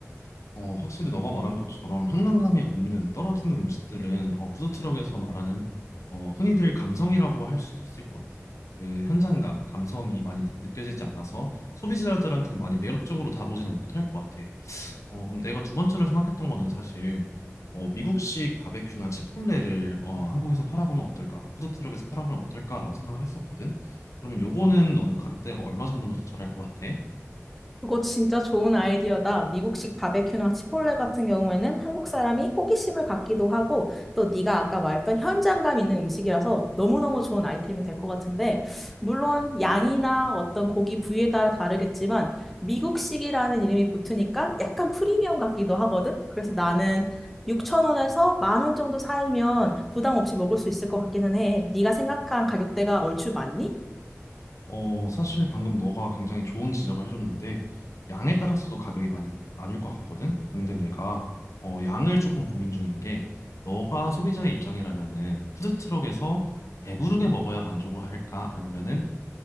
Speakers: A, on the left; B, in the centre.
A: 어, 확실히 너가 말한 것처럼 현장감이 없는 떨어지는 음식들은 어, 푸드트럭에서 말하는 어, 흔히들 감성이라고 할 수도 있을 것 같아. 그 현장감, 감성이 많이 느, 껴지지 않아서 소비자들한테 많이 매력적으로 다가오지는 못할 것 같아. 어, 그럼 내가 두 번째로 생각했던 거는 사실 어, 미국식 바베큐나 치폴레를 어, 한국에서 팔아보면 어떨까? 푸드트럭에서 팔아보면 어떨까라고 생각을 했었거든. 그러면 요거는 너는 가격대가 얼마 정도면 적절할 것 같아?
B: 그거 진짜 좋은 아이디어다. 미국식 바베큐나 치폴레 같은 경우에는 한국 사람이 호기심을 갖기도 하고 또 네가 아까 말했던 현장감 있는 음식이라서 너무너무 좋은 아이템이 될 것 같은데 물론 양이나 어떤 고기 부위에 따라 다르겠지만 미국식이라는 이름이 붙으니까 약간 프리미엄 같기도 하거든. 그래서 나는 6천 원에서 만원 정도 살면 부담 없이 먹을 수 있을 것 같기는 해. 네가 생각한 가격대가 얼추 맞니?
A: 어, 사실 방금 너가 굉장히 좋은 지적을 해줬는데, 양에 따라서도 가격이 많이 나뉠 것 같거든? 근데 내가, 어, 양을 조금 고민 중인 게, 너가 소비자의 입장이라면은, 푸드트럭에서 배부르게 먹어야 만족을 할까? 아니면은,